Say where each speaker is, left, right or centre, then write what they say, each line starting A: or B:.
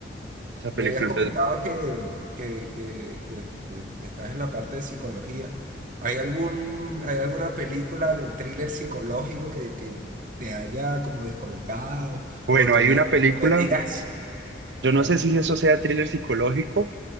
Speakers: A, on the right; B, on the right.
A: esa película,
B: Me habías comentado
A: entonces...
B: que, que, que- que, eh, estás en la parte de psicología. ¿Hay algún, hay alguna película del thriller psicológico que, que te haya como descolocado
A: Bueno,
B: o tú
A: hay
B: me,
A: una
B: hayas-
A: película
B: me digas,
A: Yo
B: ajá,
A: no sé si eso sea thriller psicológico,